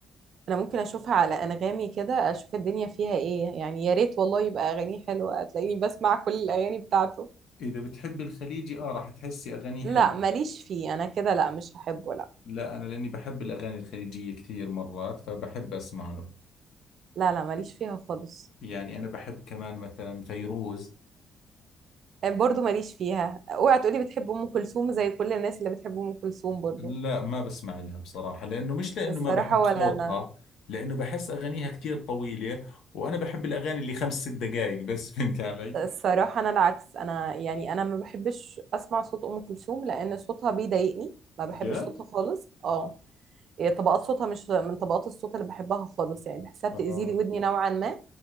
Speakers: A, on the right (about 65°); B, on the left (about 75°).
A: انا ممكن اشوفها على انغامي كده اشوف الدنيا فيها ايه يعني يا ريت والله يبقى اغانيه حلوه هتلاقيني بسمع كل الاغاني بتاعته
B: إذا بتحب الخليجي آه راح تحسي أغانيه
A: لا
B: حلوة
A: ماليش فيه انا كده لا مش هحبه لا
B: لا أنا لأني بحب الأغاني الخليجية كثير مرات فبحب أسمع له
A: لا لا ماليش فيها خالص
B: يعني أنا بحب كمان مثلا فيروز
A: آه، برضو ماليش فيها اوعى تقولي بتحب ام كلثوم زي كل الناس اللي بتحب ام كلثوم برضو
B: لا ما بسمع لها بصراحة لأنه مش لأنه
A: الصراحه
B: ما بحب
A: ولا
B: صوتها
A: انا
B: لأنه بحس أغانيها كثير طويلة وأنا بحب الأغاني اللي خمس ست دقائق بس <laughs> فهمت علي؟
A: الصراحة أنا العكس أنا يعني أنا ما بحبش أسمع صوت أم كلثوم لأن صوتها بيضايقني ما بحبش
B: جد؟
A: صوتها خالص اه هي طبقات صوتها مش من طبقات الصوت اللي بحبها خالص يعني بحسها بتأذي
B: آه
A: لي ودني نوعا ما